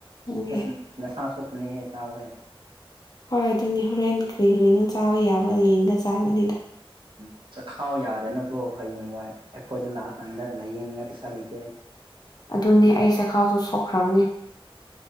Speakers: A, on the left; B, on the right.
A: ꯑꯗꯨꯒꯤ
B: ꯑꯁ ꯅꯁꯥ ꯁꯣꯛꯀꯅꯤꯍꯦ ꯆꯥꯎꯍꯦ
A: ꯍꯣꯏ ꯑꯗꯨꯅꯤ ꯍꯧꯔꯦꯟ ꯀ꯭ꯔꯤ ꯀ꯭ꯔꯤꯅꯣ ꯆꯥꯕ ꯌꯥꯕ ꯌꯦꯡꯉꯒꯥ ꯆꯥꯒꯅꯤꯗ꯫
B: ꯎꯝ ꯆꯛꯈꯥꯎ ꯌꯥꯗꯅꯀꯣ ꯍꯥꯌꯦꯡꯋꯥꯏ ꯑꯩꯈꯣꯏꯗ ꯂꯥꯛꯑꯀꯥꯟꯗ ꯂꯥꯏꯌꯦꯡ ꯅꯤꯡꯉꯥꯏ ꯄꯩꯁꯥ ꯂꯩꯇꯦ ꯑꯩ
A: ꯑꯗꯨꯅꯦ ꯑꯩ ꯆꯥꯈꯥꯎꯁꯨ ꯁꯣꯛꯈ꯭ꯔꯕꯅꯦ